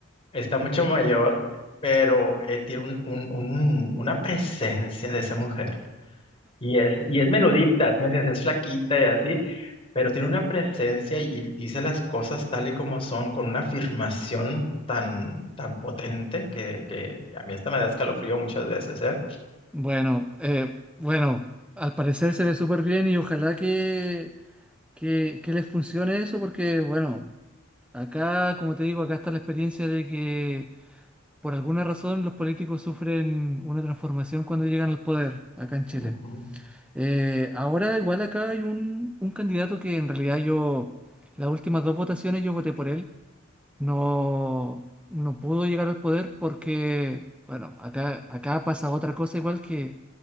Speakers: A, on the left (about 30°); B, in the centre.
A: está mucho mayor, pero eh, tiene un, un, un- una presencia de esa mujer. Y es, y es menudita, ¿sí me entiendes? Es flaquita y así, pero tiene una presencia y dice las cosas tal y como son, con una afirmación tan, tan potente que, que a mí hasta me da escalofrío muchas veces, ¿eh?
B: Bueno, eh, bueno, al parecer se ve súper bien y ojalá que, que, que les funcione eso porque, bueno, acá, como te digo, acá está la experiencia de que... Por alguna razón, los políticos sufren una transformación cuando llegan al poder acá en Chile.
A: Ujú.
B: Eh, ahora, igual acá hay un, un candidato que en realidad yo, las últimas dos votaciones yo voté por él, no, no pudo llegar al poder porque, bueno, acá, acá pasa otra cosa igual que